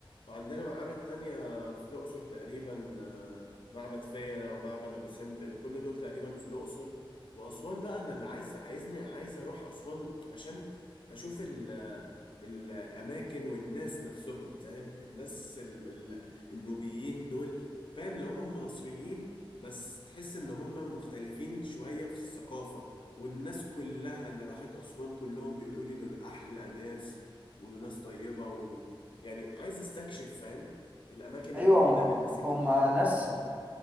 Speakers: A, on the left; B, on the right.
A: وعندنا معابد تانية في الأقصر تقريبا آه، معبد فيلة ومعبد أبو سمبل كل دول تقريبا في الأقصر وأسوان بقى أنا اللي عايز عايزني عايز أروح أسوان عشان أشوف ال... الأماكن والناس نفسهم فاهم الناس ال... ال... النوبيين دول فاهم اللي هم هم مصريين بس تحس إن هم مختلفين شوية في الثقافة والناس كلها اللي راحت أسوان كلهم بيقولوا لي دول أحلى ناس وناس طيبة ويعني عايز استكشف فاهم الأماكن
B: ايوه
A: الجديدة
B: هم
A: بالناس الجديدة
B: هم
A: بالحضارة
B: ناس